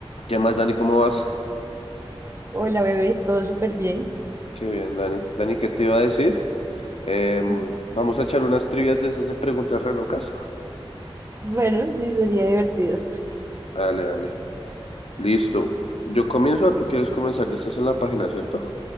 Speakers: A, on the left (about 85°); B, on the right (about 25°).
A: ¿Qué más, Dani? ¿Cómo vas?
B: Hola bebé, todo súper bien.
A: Qué bien, Dani. Dani, ¿qué te iba a decir? Em,
B: Mm,
A: vamos a echar unas trivias de esas de preguntas re locas.
B: Bueno, sí, sería divertido.
A: Dale, dale. Listo. Yo comienzo o tú quieres comenzar. Ya estás en la página, ¿cierto?